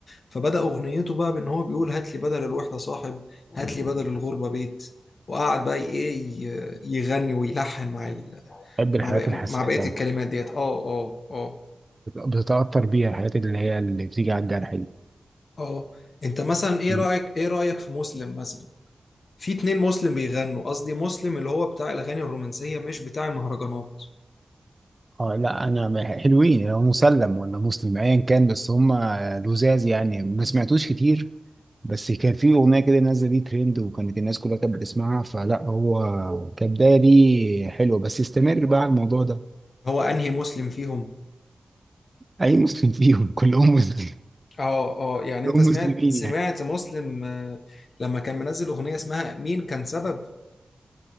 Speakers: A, on the left; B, on the right.
A: فبدا اغنيته بقى بان هو بيقول هات لي بدل الوحده صاحب هات لي بدل الغربه بيت وقعد بقى ايه ي- يغني ويلحن مع ال...
B: بحب الحاجات
A: مع بق-
B: الحساسه
A: مع بقيه
B: انت
A: الكلمات ديت اه اه اه
B: بتتاثر بيها الحاجات اللي هي اللي بتيجي على الجرح
A: اه انت مثلا ايه
B: دي
A: رايك ايه رايك في مسلم مثلا في اتنين مسلم بيغنوا قصدي مسلم اللي هو بتاع الاغاني الرومانسيه مش بتاع المهرجانات
B: اه لا انا حلوين لو مسلم ولا مسلم ايا كان بس هم لزاز يعني ما سمعتوش كتير بس كان في اغنيه كده نازله دي ترند وكانت الناس كلها كانت بتسمعها فلا هو كبدايه دي حلوه بس استمر بقى على الموضوع ده
A: هو انهي مسلم فيهم
B: اي مسلم <laughs> فيهم كلهم مسلم <laughs>
A: اه اه يعني
B: كلهم
A: انت سمعت
B: مسلمين
A: سمعت
B: يعني
A: مسلم آه، لما كان منزل اغنية اسمها مين كان سبب